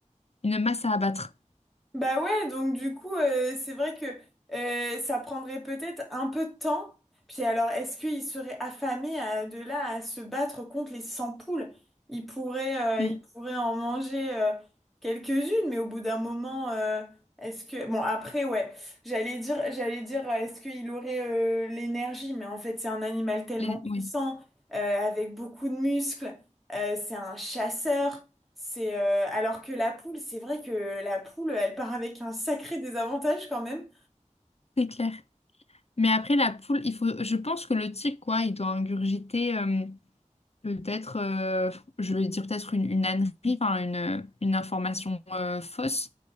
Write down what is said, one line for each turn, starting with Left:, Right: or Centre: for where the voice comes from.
Left: une masse à abattre.
Centre: Bah ouais, donc du coup, euh, c'est vrai que euh, ça prendrait peut-être un peu de temps. Puis alors, est-ce qu'ils seraient affamés à- de là à se battre contre les 100 poules? Ils pourraient,
Left: Mm.
Centre: euh, ils pourraient en manger euh, quelques-unes, mais au bout d'un moment, euh, est-ce que... Bon, après, ouais, j'allais dire, j'allais dire, euh, est-ce qu'il aurait euh, l'énergie? Mais en fait, c'est un animal tellement
Left: Les- oui,
Centre: puissant, euh, avec beaucoup de muscles, euh, c'est un chasseur. C'est euh, alors que la poule, c'est vrai que la poule, elle part avec un sacré désavantage quand même.
Left: c'est clair. Mais après la poule, il faut, je pense que le tigre, quoi, il doit ingurgiter euh, peut-être, euh, je vais dire peut-être une, une ânerie, enfin une, une information euh, fausse.